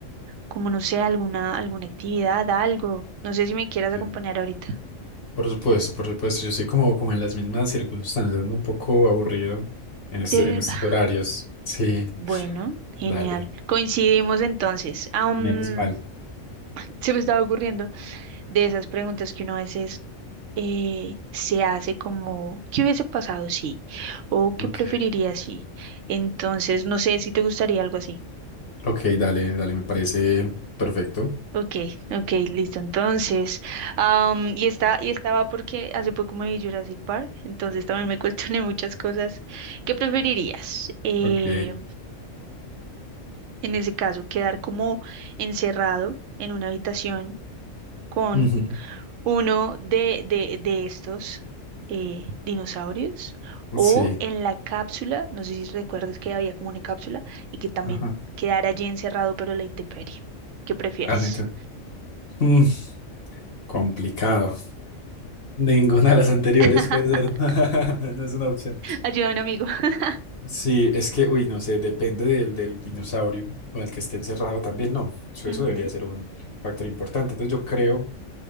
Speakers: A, on the right; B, on the left.
A: como no sé, alguna, alguna actividad, algo. No sé si me quieras acompañar
B: sí,
A: ahorita.
B: Por supuesto, por supuesto, yo estoy como, como en las mismas circunstancias, ando un poco aburrido en este,
A: De
B: en
A: verdad.
B: estos horarios. Sí,
A: Bueno, genial.
B: dale,
A: Coincidimos entonces. Am,
B: menos mal.
A: se me estaba ocurriendo. de esas preguntas que uno a veces eh, se hace como, ¿qué hubiese pasado si? ¿O qué
B: Ok,
A: preferiría si? Entonces, no sé si te gustaría algo así.
B: ok, dale, dale, me parece perfecto.
A: Ok, ok, listo. Entonces, am, y esta, y estaba porque hace poco me vi Jurassic Park, entonces también me <laughs> cuestioné muchas cosas. ¿Qué preferirías? Eh,
B: Ok,
A: en ese caso, quedar como encerrado en una habitación con
B: ujú,
A: uno de, de, de estos eh, dinosaurios o
B: Sí,
A: en la cápsula, no sé si recuerdas que había como una cápsula y que también
B: ajá,
A: quedara allí encerrado pero a la intemperie. ¿Qué prefieres?
B: adelante. Mm, complicado. Ninguna de las anteriores
A: <laughs>
B: puede ser, <laughs> no, no es una opción.
A: Ayuda a un amigo. <laughs>
B: Sí, es que, uy, no sé, depende del, del dinosaurio con el que esté encerrado también, no. Eso,
A: Ujú.
B: eso debería ser un factor importante. Entonces yo creo,